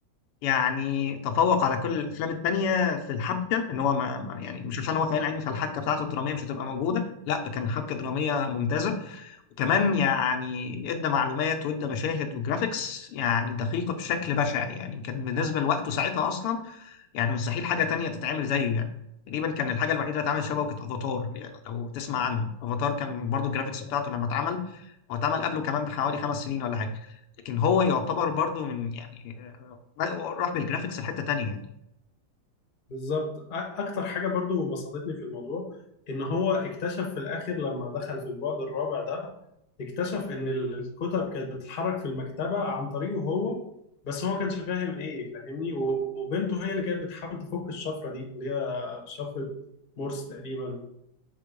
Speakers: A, on the left (about 85°); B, on the left (about 35°).
A: يعني تفوق على كل الافلام التانية في الحبكه ان هو ما ما- يعني مش عشان هو خيال علمي فالحبكه بتاعته الدراميه مش هتبقى موجوده لا ده كان حبكه دراميه ممتازه وكمان يعني ادى معلومات وادى مشاهد وجرافيكس يعني دقيقه بشكل بشع يعني كان بالنسبه لوقته ساعتها اصلا يعني مستحيل حاجه تانية تتعمل زيه يعني تقريبا كان الحاجه الوحيده اللي اتعمل شبهه كانت افاتار يعني لو تسمع عنه افاتار كان برضو الجرافيكس
B: <laughs>
A: بتاعته لما اتعمل هو اتعمل قبله كمان بحوالي خمس سنين ولا حاجه لكن هو يعتبر برضو من يعني آه، راح بالجرافيكس لحته تانية يعني.
B: بالظبط أ- اكتر حاجه برضو بسطتني في الموضوع ان هو اكتشف في الاخر لما دخل في البعد الرابع ده اكتشف ان ال- الكتب كانت بتتحرك في المكتبه عن طريقه هو بس هو ما كانش فاهم ايه فاهمني و- وبنته هي اللي كانت بتحاول تفك الشفره دي اللي هي شفره مورس تقريبا